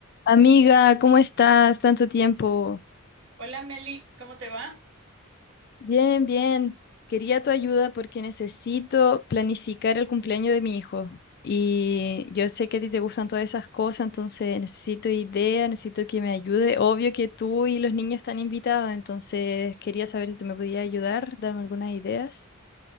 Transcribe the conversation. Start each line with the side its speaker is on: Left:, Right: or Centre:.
Left: Amiga, ¿cómo estás? Tanto tiempo.
Right: Hola Meli, ¿cómo te va?
Left: Bien, bien. Quería tu ayuda porque necesito planificar el cumpleaños de mi hijo. Y yo sé que a ti te gustan todas esas cosas, entonces necesito ideas, necesito que me ayude. Obvio que tú y los niños están invitados, entonces quería saber si tú me podías ayudar, darme algunas ideas.